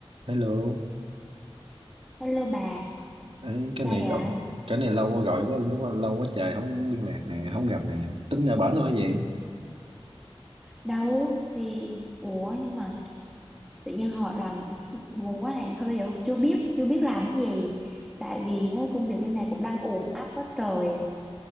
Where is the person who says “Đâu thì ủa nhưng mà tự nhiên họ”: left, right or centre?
Centre